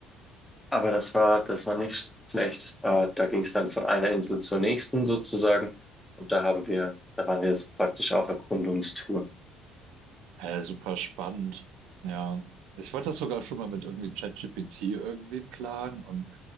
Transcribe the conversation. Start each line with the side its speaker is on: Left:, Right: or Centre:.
Centre: aber das war, das war nicht schlecht. Äh, da ging es dann von einer Insel zur nächsten sozusagen. Und da haben wir, da waren wir jetzt praktisch auf Erkundungstour.
Right: Hä, super spannend. Ja, ich wollte das sogar schon mal mit irgendwie ChatGPT irgendwie planen und